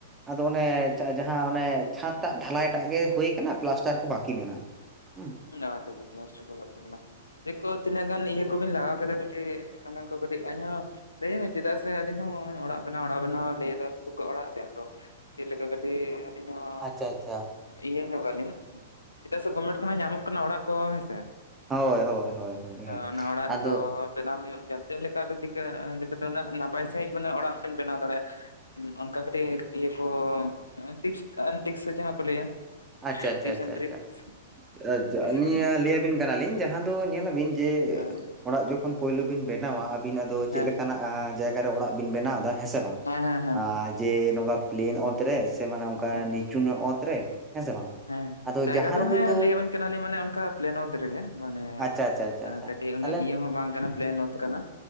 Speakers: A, on the right; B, on the left.
A: ᱟᱫᱚ ᱚᱱᱮ ᱪᱟᱜ ᱡᱟᱦᱟᱸ ᱚᱱᱮ ᱪᱷᱟᱸᱫᱽ ᱴᱟᱜ ᱰᱷᱟᱞᱟᱭ ᱴᱟᱜ ᱜᱮ ᱦᱩᱭ ᱠᱟᱱᱟ ᱯᱞᱟᱥᱴᱟᱨ ᱠᱚ ᱵᱟᱠᱤ ᱢᱮᱱᱟᱜᱼᱟ, ᱦᱩᱸ᱾
B: ᱚ ᱟᱪᱪᱷᱟ ᱟᱪᱪᱷᱟ ᱯᱮᱞᱟᱥᱴᱟᱨ ᱠᱚ ᱵᱟᱠᱤ ᱢᱮᱱᱟᱼᱟ᱾ <inaudible> ᱛᱤᱱᱟᱹᱜ ᱜᱟᱱ ᱤᱭᱟᱹ ᱠᱚᱵᱤᱱ ᱞᱟᱜᱟᱣ ᱠᱮᱫᱟ ᱠᱟᱹᱴᱤᱡ ᱚᱱᱟ ᱠᱚ ᱠᱟᱹᱴᱤᱡ <inaudible> <inaudible> ᱪᱮᱫᱟᱜ ᱥᱮ ᱟᱹᱞᱤᱧ ᱦᱚᱸ ᱚᱱᱮ ᱚᱲᱟᱜ ᱵᱮᱱᱟᱣ ᱚᱲᱟᱜ ᱵᱮᱱᱟᱣ ᱞᱟᱹᱭᱫᱟ ᱛᱚᱠᱚ ᱚᱲᱟᱜ ᱨᱮ ᱟᱫᱚ ᱪᱮᱫ ᱞᱮᱠᱟ ᱠᱟᱹᱴᱤᱡ ᱟᱹᱞᱤᱧ ᱦᱚᱸ
A: ᱟᱪᱪᱷᱟ ᱟᱪᱪᱷᱟ
B: ᱤᱭᱟᱹ ᱧᱚᱜᱟᱞᱤᱧ᱾ ᱪᱮᱫᱟᱜ ᱥᱮ ᱜᱚᱵᱷᱢᱮᱱᱴ ᱠᱷᱚᱱᱟᱜ ᱧᱟᱢᱚᱜ ᱠᱟᱱᱟ ᱚᱲᱟᱜ ᱠᱚ, ᱦᱮᱸ ᱥᱮ?
A: ᱦᱳᱭ ᱦᱳᱭ ᱦᱳᱭ ᱦᱳᱭ
B: ᱚᱱᱟ ᱚᱲᱟᱜ
A: ᱟᱫᱚ
B: ᱫᱚ ᱵᱮᱱᱟᱣ ᱦᱩᱭᱩᱜ ᱜᱮᱭᱟ ᱪᱮᱫ ᱞᱮᱠᱟ ᱟᱫᱚ ᱪᱤᱠᱟᱹ ᱪᱤᱠᱟᱹᱛᱮ ᱩᱱᱟᱹᱜ ᱱᱟᱯᱟᱭ ᱥᱟᱺᱦᱤᱡ ᱢᱟᱱᱮ ᱚᱲᱟᱜ ᱵᱮᱱ ᱵᱮᱱᱟᱣ ᱫᱟᱲᱮᱭᱟᱜᱼᱟ? ᱚᱱᱠᱟ ᱠᱟᱹᱴᱤᱡ ᱤᱭᱟᱹ ᱠᱚ ᱮᱸ ᱴᱤᱯᱥ ᱟᱱ ᱴᱤᱠᱥ ᱥᱮ ᱡᱟᱦᱟᱸ ᱠᱚ ᱞᱟᱹᱭᱟ
A: ᱟᱪᱪᱷᱟ ᱟᱪᱪᱷᱟ
B: ᱴᱤᱯᱥ
A: ᱟᱪᱪᱷᱟ
B: ᱮᱱᱰ ᱴᱨᱤᱠᱥ
A: ᱟᱪᱪᱷᱟ, ᱟᱪᱪᱷᱟ
B: ᱠᱟᱹᱴᱤᱡ
A: ᱟᱞᱤᱧᱟ
B: ᱢᱟᱱᱮ
A: ᱞᱟᱹᱭᱟᱵᱤᱱ ᱠᱟᱱᱟᱞᱤᱧ ᱡᱟᱦᱟᱸ ᱫᱚ ᱧᱮᱞᱟᱵᱤᱱ ᱡᱮ
B: ᱦᱮᱸ
A: ᱚᱲᱟᱜ ᱡᱚᱠᱷᱚᱱ ᱯᱳᱭᱞᱳ ᱵᱤᱱ ᱵᱮᱱᱟᱣᱟ ᱟᱹᱵᱤᱱ ᱟᱫᱚ
B: ᱦᱮᱸ
A: ᱪᱮᱫ ᱞᱮᱠᱟᱱᱟᱜ ᱟ ᱡᱟᱭᱜᱟ ᱨᱮ ᱚᱲᱟᱜ ᱵᱤᱱ ᱵᱮᱱᱟᱣ ᱫᱟ, ᱦᱮᱸ ᱥᱮ ᱵᱟᱝ?
B: ᱦᱮᱸ ᱦᱮᱸ
A: ᱡᱮ ᱱᱚᱝᱠᱟ ᱯᱞᱮᱱ ᱚᱛ ᱨᱮ ᱥᱮ ᱢᱟᱱᱮ ᱚᱱᱠᱟ
B: ᱦᱮᱸ
A: ᱱᱤᱪᱩ ᱧᱚᱜ ᱚᱛ ᱨᱮ, ᱦᱮᱸ ᱥᱮ ᱵᱟᱝ?
B: ᱦᱮᱸ
A: ᱟᱫᱚ
B: ᱡᱟᱭᱜᱟ
A: ᱡᱟᱦᱟᱸ
B: ᱫᱚ
A: ᱨᱮ ᱦᱳᱭᱛᱳ
B: ᱦᱮᱸ ᱞᱟᱹᱭ ᱟᱵᱤᱱ ᱠᱟᱱᱟᱞᱤᱧ ᱢᱟᱱᱮ ᱚᱱᱠᱟ ᱯᱞᱮᱱ ᱚᱛ ᱨᱮᱜᱮ ᱢᱟᱱᱮ
A: ᱟᱪᱪᱷᱟ ᱟᱪᱪᱷᱟ ᱟᱪᱪᱷᱟ
B: ᱮᱸ
A: ᱟᱪᱪᱷᱟ
B: ᱠᱟᱹᱴᱤᱡ ᱩᱱᱟᱹᱜ
A: ᱛᱟᱦᱚᱞᱮ
B: ᱤᱭᱟᱹ ᱦᱚᱸ ᱵᱟᱝ ᱠᱟᱱᱟ ᱯᱞᱮᱱ ᱚᱛ ᱠᱟᱱᱟ᱾